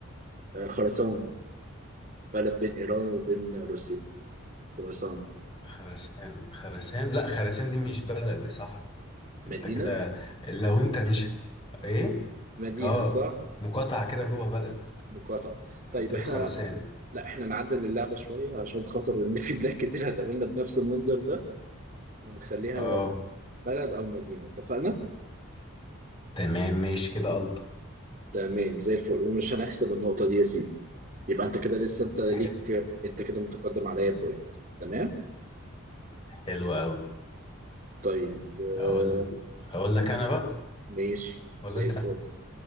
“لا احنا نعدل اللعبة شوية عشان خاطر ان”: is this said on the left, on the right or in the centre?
Right